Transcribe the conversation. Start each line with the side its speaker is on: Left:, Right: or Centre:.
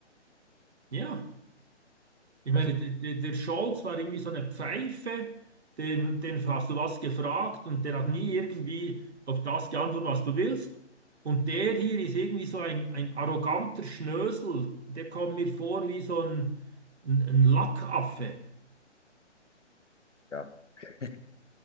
Right: Ja. Ich
Left: Das
Right: meine,
Left: ist,
Right: d- d- der Scholz war irgendwie so eine Pfeife, den, den hast du was gefragt und der hat nie irgendwie auf das geantwortet, was du willst. Und der hier ist irgendwie so ein, ein arroganter Schnösel, der kommt mir vor wie so ein, ein, ein Lackaffe.
Left: ja. <laughs>